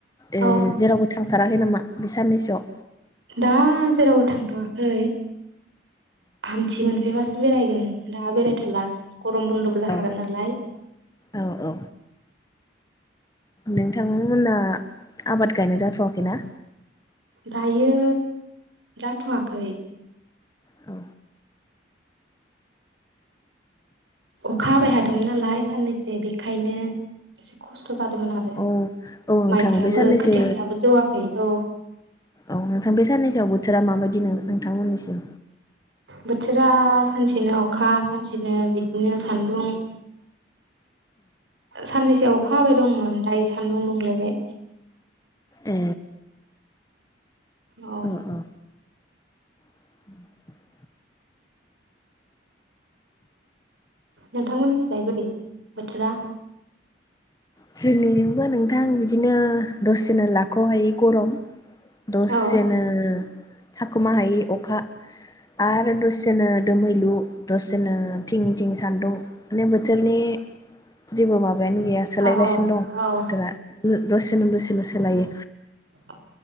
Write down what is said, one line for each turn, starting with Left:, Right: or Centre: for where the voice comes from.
Left: ए
Right: औ
Left: जेरावबो थां थांथाराखै नामा बे साननैसोआव
Right: दा जेरावबो थां थ'वाखै आमथि मोनफैबासो बेरायगोन दा बेरायथ'ला गरम बन्द'बो जाखागोन
Left: औ
Right: नालाय
Left: औ औ नोंथांमोना आबाद गायनाय जाथ'वाखैना?
Right: दायो जाथ'वाखै
Left: औ
Right: अखा हाबाय हादो मोन नालाय साननैसो बेखायनो खस्थ' जादोंमोन आरो
Left: औ औ नोंथां
Right: माइफ्राबो
Left: बे साननैसो
Right: खोथियाफोराबो जौवाखै औ
Left: औ नोंथां बे साननैसोआवबो बोथोरा माबदिनो नोंथांमोननिसिम?
Right: बोथोरा सानसेनो अखा सानसेनो बिदिनो सान्दुं साननैसोआव अखा हाबाय दंमोन दायो सान्दुं दुंलायबाय
Left: ए
Right: औ
Left: ओ ओ <inaudible>
Right: नोंथांमोननि थाखाय बोरै बोथोरा
Left: जोंनिजोंबो नोंथां बिदिनो दसेनो लाख'हायि गरम दसेनो
Right: औ
Left: थाखुमाहायै अखा आरो दसेनो दोमैलु दसेनो थिं बिथिं सान्दुं मे बोथोरनि जेबो माबायानो गैया सोलायगासिनो
Right: औ
Left: दं बोथोरा
Right: औ
Left: दसेनो दसेनो सोलायो
Right: औ